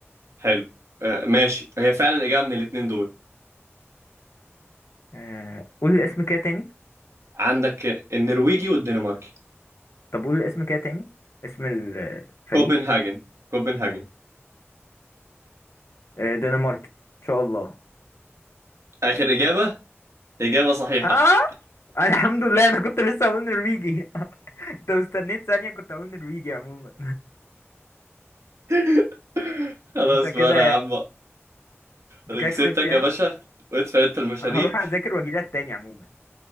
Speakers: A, on the right (about 80°); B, on the left (about 70°).
A: حلو آه ماشي هي فعلا إجابة من الاتنين دول
B: آه، قول الاسم كده تاني
A: عندك النرويجي والدنماركي
B: طب قول الاسم كده تاني اسم الفريق
A: كوبنهاجن كوبنهاجن
B: آه، دنماركي ان شاء الله
A: آخر إجابة إجابة صحيحة
B: اه الحمد لله انا كنت لسه هقول نرويجي <laughs> انت مستنيت ثانية كنت هقول نرويجي عموما
A: <laughs> خلاص
B: <laughs> انت كده
A: بقى أنا يا عم
B: انت
A: أنا
B: كده
A: كسبتك
B: كسبت يعني
A: يا باشا وادفع أنت المشاريب
B: انا هروح اذاكر واجيلك تاني عموما